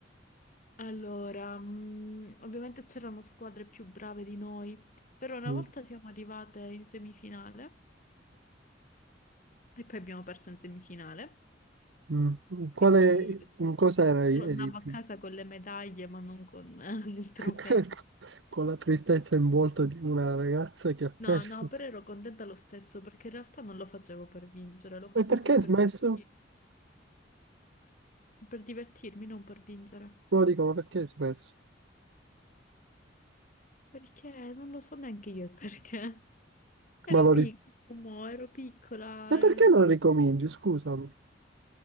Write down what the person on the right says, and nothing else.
Mm.
Mm. Quale,
in cosa eri,
eri più?
<laughs> Con la tristezza in volto di una ragazza che ha perso.
E
perché hai
smesso?
No, dico, ma perché hai smesso?
Ma lo
ri-
E perché
non ricominci? Scusami.